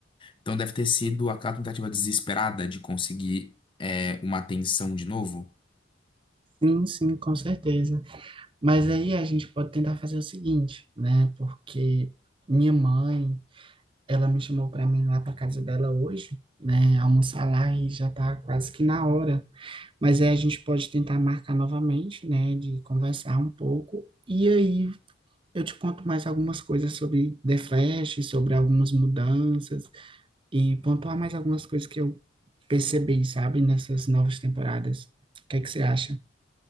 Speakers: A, on the left; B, on the right.
A: Então deve ter sido aquela tentativa desesperada de conseguir, é, uma atenção de novo.
B: Sim, sim, com certeza. Mas aí a gente pode tentar fazer o seguinte, né? Porque minha mãe, ela me chamou para mim lá para casa dela hoje, né? Almoçar lá e já tá quase que na hora. Mas aí a gente pode tentar marcar novamente, né? De conversar um pouco. E aí eu te conto mais algumas coisas sobre The Flash, sobre algumas mudanças. e pontuar mais algumas coisas que eu percebi, sabe, nessas novas temporadas. O que é que você acha?